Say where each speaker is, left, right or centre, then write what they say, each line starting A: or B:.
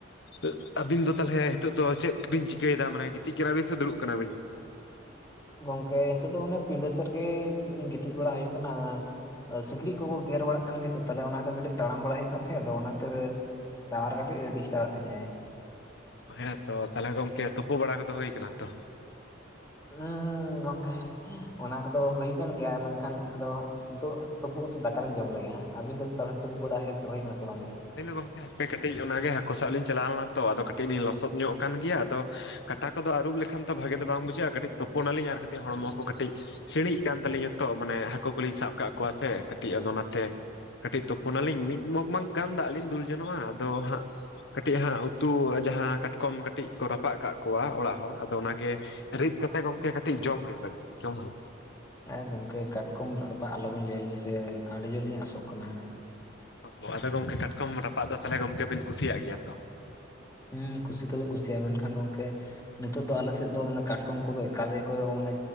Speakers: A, on the left; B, on the left.
A: ᱟᱹᱜ ᱟᱹᱵᱤᱱ ᱫᱚ ᱛᱟᱞᱦᱮ ᱦᱤᱛᱚᱜ ᱫᱚ ᱪᱮᱫ ᱵᱤᱱ ᱪᱤᱠᱟᱹᱭᱮᱫᱟ? ᱢᱟᱱᱮ ᱜᱤᱛᱤᱡ ᱠᱟᱱᱟ ᱵᱤᱱ ᱥᱮ ᱫᱩᱲᱩᱵ ᱠᱟᱱᱟ ᱵᱤᱱ?
B: ᱜᱚᱝᱠᱮ ᱱᱤᱛᱚᱜ ᱫᱚ ᱚᱱᱮ ᱯᱤᱸᱰᱟᱹ ᱥᱮᱫ ᱛᱮᱜᱮ ᱜᱤᱛᱤᱡ ᱵᱟᱲᱟ ᱦᱩᱭᱩᱜ ᱠᱟᱱᱟ, ᱟᱸ ᱥᱤᱠᱬᱤᱡ ᱠᱚᱠᱚ ᱜᱮᱨ ᱵᱟᱲᱟᱜ ᱠᱟᱱ ᱜᱮᱭᱟ ᱥᱮ ᱛᱟᱞᱦᱮ ᱚᱱᱟᱛᱮ ᱠᱷᱟᱹᱛᱤᱨ ᱠᱟᱹᱴᱤᱡ ᱛᱟᱲᱟᱢ ᱵᱟᱲᱟᱭ ᱦᱩᱭᱩᱜ ᱠᱟᱱ ᱛᱟᱦᱮᱸᱫ, ᱟᱫᱚ ᱚᱱᱟ ᱠᱷᱟᱛᱤᱨ ᱴᱟᱣᱟᱨ ᱠᱟᱹᱴᱤᱡ ᱰᱤᱥᱴᱟᱵᱮᱜ ᱛᱤᱧᱟᱹᱭ
A: ᱚ ᱦᱮᱲᱮᱫ ᱛᱚ ᱛᱟᱦᱚᱞᱮ ᱜᱚᱝᱠᱮ ᱛᱩᱯᱩ ᱵᱟᱲᱟ ᱠᱚᱫᱚ ᱦᱩᱭ ᱟᱠᱟᱱᱟ ᱛᱚ?
B: ᱦᱩᱸ ᱜᱚᱝᱠᱮ ᱚᱱᱟ ᱠᱚᱫᱚ ᱦᱩᱭ ᱠᱟᱱ ᱜᱮᱭᱟ, ᱢᱮᱱᱠᱷᱟᱱ ᱟᱫᱚ ᱱᱤᱫᱚᱜ ᱛᱩᱯᱩ ᱠᱟᱛᱮᱫ ᱫᱟᱠᱟ ᱞᱤᱧ ᱡᱚᱢ ᱞᱮᱜᱮ ᱦᱟᱸᱜ, ᱟᱹᱵᱤᱱ ᱫᱚ ᱛᱟᱦᱮᱞᱮ ᱛᱩᱯᱩ ᱵᱟᱲᱟ ᱦᱚᱭ ᱦᱩᱭ ᱠᱟᱱᱟ ᱥᱮ ᱵᱟᱝ ᱜᱮ?
A: ᱟᱹᱞᱤᱧ ᱫᱚ ᱜᱚᱝᱠᱮ ᱦᱟᱯᱮ ᱠᱟᱹᱴᱤᱡ ᱚᱱᱟᱜᱮ ᱦᱟᱹᱠᱩ ᱥᱟᱵ ᱞᱤᱧ ᱪᱟᱞᱟᱣ ᱞᱮᱱᱟ ᱛᱚ, ᱟᱫᱚ ᱠᱟᱹᱴᱤᱡ ᱞᱤᱧ ᱞᱚᱥᱚᱫ ᱧᱚᱜ ᱟᱠᱟᱱ ᱜᱮᱭᱟ, ᱟᱫᱚ ᱠᱟᱴᱟ ᱠᱚᱫᱚ ᱟᱹᱨᱩᱵ ᱞᱮᱠᱷᱟᱱ ᱫᱚ ᱵᱷᱟᱹᱜᱮ ᱫᱚ ᱵᱟᱝ ᱵᱩᱡᱷᱟᱹᱜᱼᱟ, ᱠᱟᱹᱴᱤᱡ ᱛᱳᱯᱳ ᱱᱟᱹᱞᱤᱧ ᱟᱨ ᱠᱟᱹᱴᱤᱡ ᱦᱚᱲᱢᱚ ᱠᱚ ᱠᱟᱹᱴᱤᱡ ᱥᱤᱬᱤᱡ ᱠᱟᱱ ᱛᱟᱹᱞᱤᱧᱟ ᱛᱚ, ᱢᱟᱱᱮ ᱦᱟᱹᱠᱩ ᱠᱚᱞᱤᱧ ᱥᱟᱵ ᱠᱟᱜ ᱠᱚᱣᱟ ᱥᱮ ᱠᱟᱹᱴᱤᱡ ᱟᱫᱚ ᱚᱱᱟᱛᱮ ᱠᱟᱹᱴᱤᱡ ᱛᱳᱯᱳ ᱱᱟᱹᱞᱤᱧ ᱢᱤᱫ ᱢᱚᱜᱽᱼ ᱢᱟᱜᱽ ᱜᱟᱱ ᱫᱟᱜ ᱞᱤᱧ ᱫᱩᱞ ᱡᱚᱱᱚᱜᱼᱟ, ᱟᱫᱚ ᱦᱟᱸᱜ ᱠᱟᱹᱴᱤᱡ ᱦᱟᱸᱜ ᱩᱛᱩ ᱟᱸ ᱡᱟᱦᱟᱸ ᱠᱟᱴᱠᱚᱢ ᱠᱟᱹᱴᱤᱡ ᱠᱚ ᱨᱟᱯᱟᱜ ᱠᱟᱜ ᱠᱚᱣᱟ ᱚᱲᱟᱜ ᱦᱚᱲ, ᱟᱫᱚ ᱚᱱᱟᱜᱮ ᱨᱤᱫ ᱠᱟᱛᱮ ᱜᱚᱢᱠᱮ ᱠᱟᱹᱴᱤᱡ ᱡᱚᱢ ᱦᱩᱭᱩᱜ ᱞᱟᱹᱜᱽ, ᱡᱚᱢ ᱦᱩᱭᱩᱜ᱾
B: ᱛᱟᱭ ᱜᱚᱝᱠᱮ ᱠᱟᱴᱠᱚᱢ ᱨᱟᱯᱟᱜ ᱟᱞᱚᱵᱤᱱ ᱞᱟᱹᱭ ᱟᱹᱞᱤᱧ ᱥᱮ ᱟᱹᱰᱤ ᱡᱩᱨ ᱞᱤᱧ ᱟᱥᱚᱜ ᱠᱟᱱᱟ ᱦᱟᱸᱜ᱾
A: ᱚᱦᱚ, ᱟᱫᱚ ᱜᱚᱝᱠᱮ ᱠᱟᱴᱠᱚᱢ ᱨᱟᱯᱟᱜ ᱫᱚ ᱛᱟᱦᱚᱞᱮ ᱜᱚᱢᱠᱮ ᱵᱤᱱ ᱠᱩᱥᱤᱭᱟᱜ ᱜᱮᱭᱟ ᱛᱚ᱾
B: ᱦᱩ ᱠᱩᱥᱤ ᱫᱚᱞᱤᱧ ᱠᱩᱥᱤᱭᱟᱜ-ᱟ ᱢᱮᱱᱠᱷᱟᱱ ᱜᱚᱝᱠᱮ ᱱᱤᱛᱚᱜ ᱫᱚ ᱟᱞᱮᱥᱮᱫ ᱫᱚ ᱢᱟᱱᱮ ᱠᱟᱴᱠᱚᱢ ᱠᱚᱫᱚ ᱮᱠᱟᱞ ᱜᱮ ᱠᱚ ᱢᱟᱱᱮ